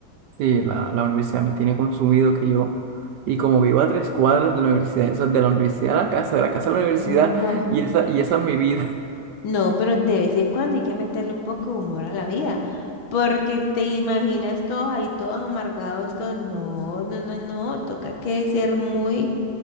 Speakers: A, on the right; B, on the left.
A: Sí, la, la universidad me tiene consumido que yo, y como vivo a tres cuadras de la universidad, eso es de la universidad a la casa, de la casa a la universidad,
B: No.
A: y esa, y esa es mi vida.
B: No, pero de vez en cuando hay que meterle un poco de humor a la vida, porque te imaginas todos ahí, todos amargados, todos, no, no, no, no, toca que ser muy,